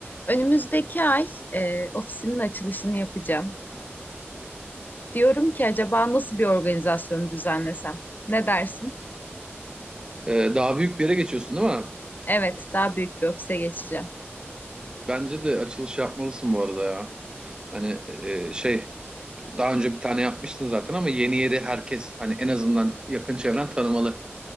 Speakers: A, on the left; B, on the right.
A: Önümüzdeki ay e, ofisimin açılışını yapacağım. Diyorum ki acaba nasıl bir organizasyon düzenlesem? Ne dersin?
B: Ee, daha büyük bir yere geçiyorsun değil mi?
A: Evet, daha büyük bir ofise geçeceğim.
B: Bence de açılış yapmalısın bu arada ya. Hani e, şey daha önce bir tane yapmıştın zaten ama yeni yeri herkes hani en azından yakın çevren tanımalı.